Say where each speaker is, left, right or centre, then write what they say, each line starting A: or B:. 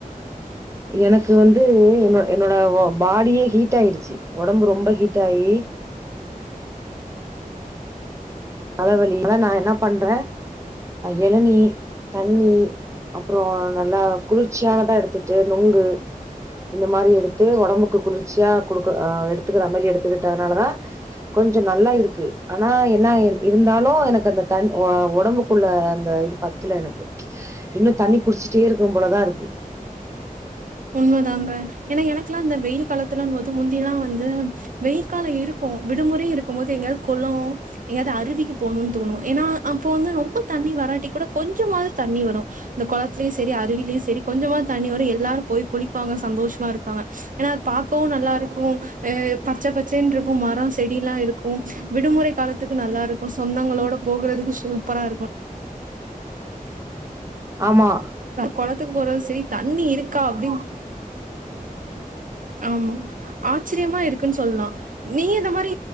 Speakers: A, on the right; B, on the right.
A: எனக்கு வந்து என்னோட என்னோட பாடியே ஹீட் ஆயிடுச்சு உடம்பு ரொம்ப ஹீட் ஆயி தலவலியில நா என்ன பண்ற இளநி தண்ணி அப்றோ நல்லா குளிர்ச்சியானதா எடு த்துட்டு நொங்கு இந்த மாரி எடு து ஒடம்புக்கு குளிர்ச்சியா குடுக்க அ எடுத்துக்கற மாரி எடுத்துக்கிட்டனால தா கொஞ்சோ நல்லா இருக் க்கு ஆனா என்ன இன் இருந்தாலு எனக்கு அந்த தன் வ ஒடம்புக்குள்ள அந்த இது பத்துல எனக்கு இன்னு தண்ணி குடிச்சிட்டே இருக்கணு போலதா இருக்கு
B: உண்மதாங்க ஏனா எனக்குலா இந்த வெயில் காலத்துலம்போது முந்திலா வந்து வெயில் காலோ இருக்கும் விடுமுறை இருக்கும் போது எங்கயாது கொளோ எங்கயாவது அருவிக்கு போணுனு தோணு ஏனா அப்போ வந்து ரொம்ப தண்ணி வராட்டி கூட கொஞ்சமாவது தண்ணி வரும் அந்த குளத்திலேயு சரி அருவிலயு சரி கொஞ்சமாவது தண்ணி வரும் எல்லாரு போய் குளிப்பாங்க சந்தோஷமா இருப்பாங்க ஏன்னா அது பாக்கவும் நல்லா இருக்கும் அ பச்சை பச் சேன்னு இருக்கும் மரோ செடி எல்லா இருக்கும் விடுமுறை காலத்துக்கு நல்லா இருக்கும் சொந்தங்களோட போகுறதுக்கு சூப்பரா இருக்கும்
A: ஆமா
B: கொளத்துக்கு போறது சரி தண்ணி இருக்கா அப்டின்னு ஆமா ஆச்சரியமா இருக்குனு சொல்லலாம் நீ அந்த மாரி